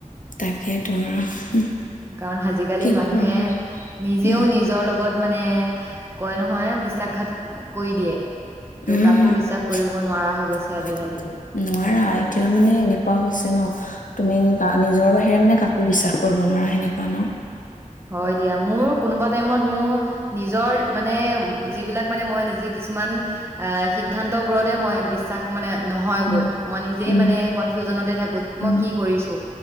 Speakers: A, on the left; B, on the right.
A: তাকেইতো আৰু
B: কাৰণ আজিকালি
A: কি
B: মানুহে
A: কৰিম আৰু
B: নিজেও নিজৰ লগত মানে কয় নহয় বিশ্বাসঘাত কৈ দিয়ে। ত'
A: উম
B: কাকো বিশ্বাস কৰিব নোৱাৰা হৈ গৈছে আজিকালি
A: নোৱাৰা এতিয়া মানে এনেকুৱা হৈছে ন তুমি নিজৰ বাহিৰে মানে কাকো বিশ্বাস কৰিব নোৱাৰা সেনেকুৱা ন
B: হয় দিয়া মোৰ কোনোবা টাইমত মোৰ নিজৰ মানে যিবিলাক মানে মই নিজে কিছুমান এ সিদ্ধান্তবোৰতে মই বিশ্বাস মানে নহয়গৈ
A: উম
B: মই নিজেই
A: উম
B: মানে কনফিউজনতে থাকো যে
A: উম
B: মই কি কৰিছো